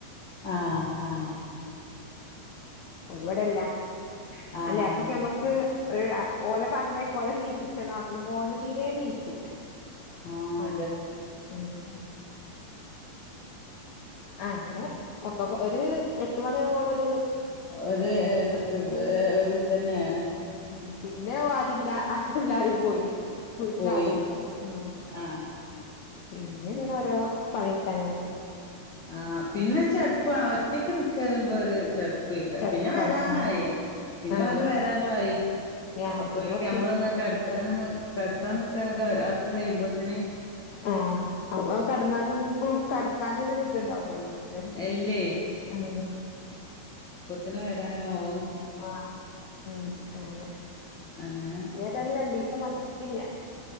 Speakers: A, on the left; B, on the left.
A: ആഹ് ആഹ് ആഹ്
B: ഒലിവടല്ല
A: ആഹ് ആഹ്
B: അല്ലേ അപ്പ ഞമ്മക്ക് ഒര് ആ ഓലെ പറഞ്ഞയ ഓലെനീപ്പിച്ചണം മോന് തീരെയേനീക്കൂല.
A: ആഹ്
B: ആണ്ലേ ഉം അങ്ങനെ ഒക്കപ്പ ഒര് എട്ട് മണിയാകുബോള്ളൊരു
A: ഒരു തപ്പി ഒരിതന്നെയാണ്.
B: ഉം പിന്നെ ആരുല്ല എല്ലാരും പോയി വീട്ടിലാരുണ്ടാവില്ല
A: പോയി
B: ആ
A: ആഹ്
B: പിന്നെ ഇങ്ങനോരോ പണിയെടുത്തങ്ങനെ.
A: ആഹ് പിന്നെ ചെടുപ്പ ഒറ്റക്കെ നിക്കറിയുമ്പോ ഒരു ചെ
B: ചെടപ്പാണ്
A: പിന്നെ വരാനായി
B: ഉം
A: പിന്നെ
B: ആഹ്
A: ഓര് വരാനുയി.
B: ആഹ്
A: അപ്പൊക്കെ
B: പിന്നെ കൊറച്ച്
A: നമ്മളൊന്ന് കടത്താന കടത്താ നിക്ക ആക്ക കഴിയുമ്പോത്തനെ
B: ആ അപ്പ കടന്നാലും കടക്കാൻ ഇത്ണ്ടാവലോ നമുക്ക്
A: എല്ലേ
B: ആ
A: പുത്തന വരാനോ ഓ
B: ആ ഉം അങ്ങനെ
A: അങ്ങനെ
B: ഏതായാലും രണ്ടീ മദ്രസ ഇല്ല.